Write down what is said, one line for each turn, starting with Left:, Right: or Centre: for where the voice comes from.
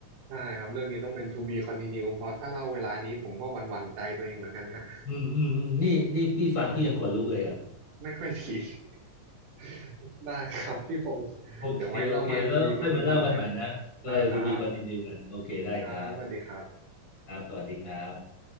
Right: ใช่ครับเรื่องนี้ต้องเป็น to be continue เพราะถ้าเล่าเวลานี้ผมก็หวั่นๆใจตัวเองเหมือนกันฮะ
Left: อืมอืมอืมนี่นี่พี่ฟังพี่ยังขนลุกเลยอ่ะ
Right: ไม่ค่อยดี <laughs> ได้ครับพี่พงศ์เดี๋ยวไว้เรามา
Left: โอเคโอเคแล้วค่อยมาเล่ากันใหม่นะเออ
Right: to be continue กันได้ครับ
Left: to be continue กันโอเคได้ครับ
Right: ครับสวัสดีครับ
Left: ครับสวัสดีครับ